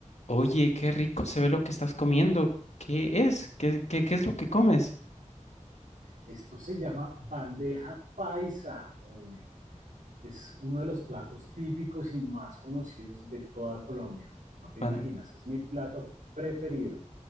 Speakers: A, on the left; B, on the right.
A: Oye, qué rico se ve lo que estás comiendo. ¿Qué es? ¿Qué, qué, qué es lo que comes?
B: Esto se llama bandeja paisa o es uno de los platos típicos y más conocidos de toda Colombia. No te
A: Ban-
B: imaginas, es mi plato preferido.